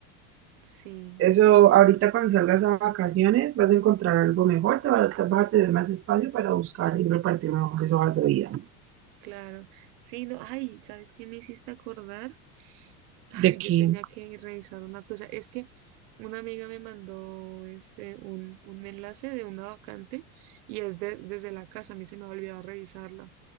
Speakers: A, on the right; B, on the right.
A: sí,
B: Eso, ahorita cuando salgas a vacaciones vas a encontrar algo mejor, te vas, a- vas a tener más espacio para buscar y repartir mejores hojas de vida.
A: claro. Sí, no, ay, ¿sabes qué me hiciste acordar? Ay,
B: ¿De quién?
A: yo tenía que revisar una cosa. Es que una amiga me mandó este un, un enlace de una vacante y es de- desde la casa. A mí se me ha olvidado revisarla.